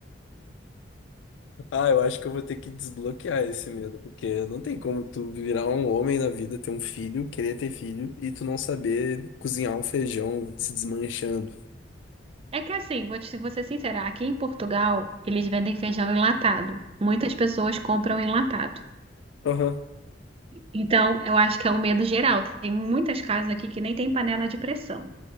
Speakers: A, on the left; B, on the right.
A: Ah, eu acho que eu vou ter que desbloquear esse medo, porque não tem como tu virar um homem na vida, ter um filho, querer ter filho e tu não saber cozinhar um feijão se desmanchando.
B: É que assim, vou te, vou ser sincera, aqui em Portugal eles vendem feijão enlatado. Muitas pessoas compram enlatado.
A: Aham.
B: Então, eu acho que é um medo geral. Tem muitas casas aqui que nem tem panela de pressão.